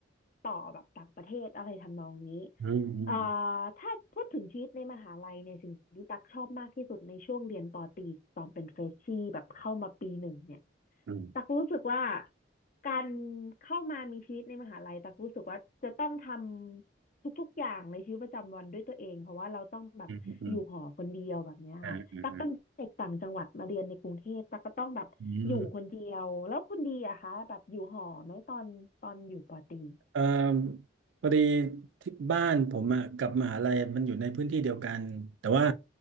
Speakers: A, on the left; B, on the right.
A: ต่อแบบต่างประเทศอะไรทำนองนี้
B: อืมอืม
A: เอ่อถ้าพูดถึงชีวิตในมหาลัยเนี่ยสิ่งที่ตักชอบมากที่สุดในช่วงเรียนปอตรีตอนเป็นเฟรชชี่แบบเข้ามาปีหนึ่งเนี่ย
B: อืม
A: ตักรู้สึกว่า การเข้ามามีชีวิตในมหาลัยตักรู้สึกว่าจะต้องทำทุกๆอย่างในชีวิตประจำวันด้วยตัวเองเพราะว่าเราต้องแบบอยู่หอคนเดียวแบบเนี้ยค่ะตักเป็นเด็กต่างจังหวัดมาเรียนในกรุงเทพตักก็ต้องแบบอยู่คนเดียวแล้วคุณดีอะคะแบบอยู่หอไหมตอนตอนอยู่ปอตรี
B: อืมอืมอืมอ่อ่อ่อืม เอ่อพอดีที่บ้านผมอ่ะกับมหาลัยมันอยู่ในพื้นที่เดียวกันแต่ว่า